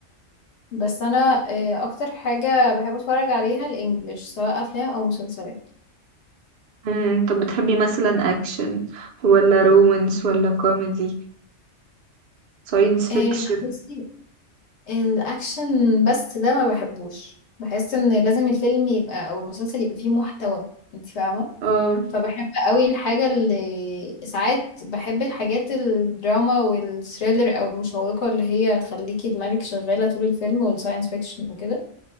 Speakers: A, on the left; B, on the right.
A: بس انا آه اكتر حاجة بحب اتفرج عليها الانجليش سواء افلام او مسلسلات
B: مم، طب بتحبي مثلا أكشن ولا رومانس ولا كوميدي ساينس فيكشن
A: آه لا بصي الاكشن بس ده ما بحبوش بحس ان لازم الفيلم يبقى او المسلسل يبقى فيه محتوى انتي فاهمة
B: اه
A: فبحب قوي الحاجة اللي ساعات بحب الحاجات الدراما والثريلر او المشوقة اللي هي تخليكي دماغك شغالة طول الفيلم والساينس فيكشن وكده